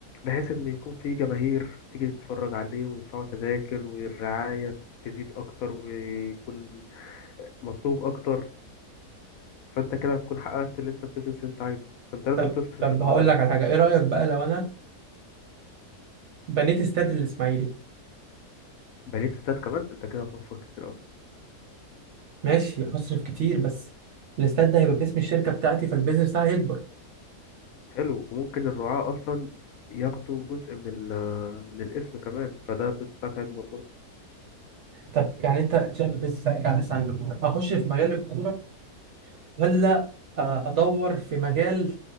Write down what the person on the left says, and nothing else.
بحيث ان يكون في جماهير تيجي تتفرج عليه ويدفعوا تذاكر والرعاية تزيد اكتر ويكون مطلوب اكتر فانت كده هتكون حققت اللي انت البيزنس اللي انت عايزه فانت لازم
تصرف
الاول
على اللعيبه
دي
بنيت استاد كمان انت كده هتوفر كتير قوي
حلو وممكن الرعاة اصلا ياخدوا جزء من ال من الاسم كمان فده البيزنس بتاعك هيكبر برضه